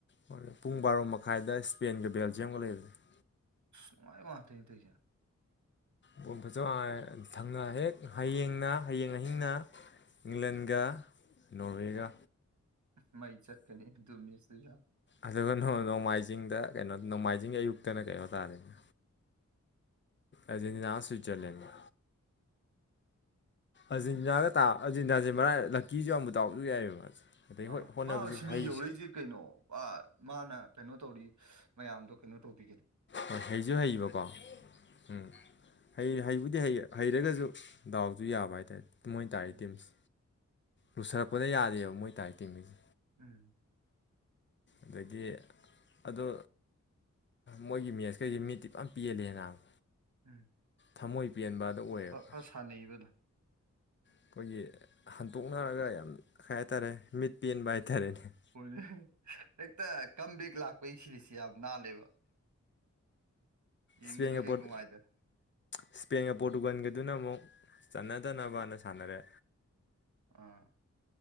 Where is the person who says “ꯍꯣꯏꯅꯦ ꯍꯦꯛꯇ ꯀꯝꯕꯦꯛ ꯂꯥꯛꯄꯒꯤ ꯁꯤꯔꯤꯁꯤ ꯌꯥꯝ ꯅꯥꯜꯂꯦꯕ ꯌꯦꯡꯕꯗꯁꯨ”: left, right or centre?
Right